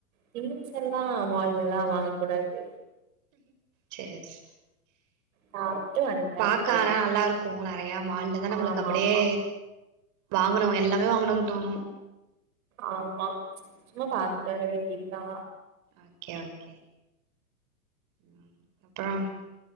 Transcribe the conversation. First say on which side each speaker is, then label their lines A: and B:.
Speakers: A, on the right; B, on the right.
A: திங்ஸ் எல்லா மால்லல்லா வாங்கக் கூடாது
B: சேர் சே
A: சாப்ட்டு வந்ட்டே
B: பாக்க
A: அப்டியே
B: ஆனா நல்லா இருக்கு மு நெறையா மால்லதா நம்மளுக்கு
A: ஆமா
B: அப்படியே
A: ஆமா
B: வாங்கணு எல்லாமே வாங்கணுன்னு தோணு
A: ஆமா சும்மா பாத்துட்டு வரே இதா
B: ஓகே ஓகே ம் அப்றோம்